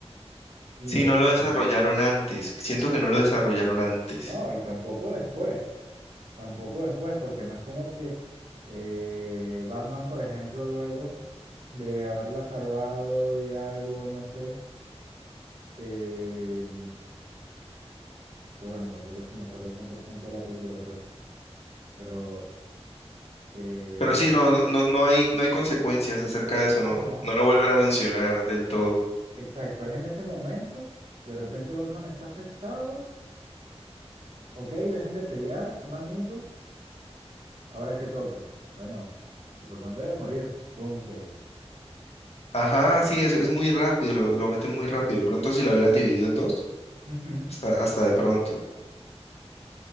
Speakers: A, on the right; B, on the left.
A: y
B: Sí,
A: de ahí
B: no
A: más
B: lo desarrollaron
A: nada.
B: antes. Siento que no lo desarrollaron antes.
A: No, y tampoco después, tampoco después, porque no es como que eh, Batman, por ejemplo, luego de haberla salvado y algo, no sé, eh, pues bueno, tampoco es que me acuerde 100% de la película, pero, pero que...
B: Pero sí, no, no, no no hay, no hay consecuencias acerca de eso,
A: Ajá.
B: no, no lo vuelven a mencionar del todo.
A: Exacto, es en ese momento, de repente Batman está afectado, ok, dejan de pelear, son amigos, ahora qué toca. Bueno, Superman debe morir, Doomsday.
B: Ajá, sí, es, es muy rápido, lo, lo meten muy rápido. De pronto si lo hubieran dividido en dos,
A: Ujú,
B: hasta, hasta de pronto.